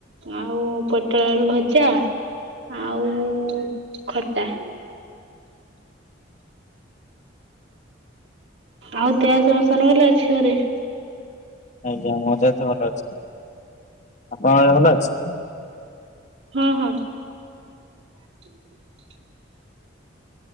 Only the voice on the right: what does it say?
ଆଉ ପୋଟଳ ଆଳୁ ଭଜା ଆଉ ଖଟା। ଆଉ ଦେହ ସମସ୍ତଙ୍କର ଅଛି ଘରେ?
ହୁଁ- ହୁଁ। <unintelligible>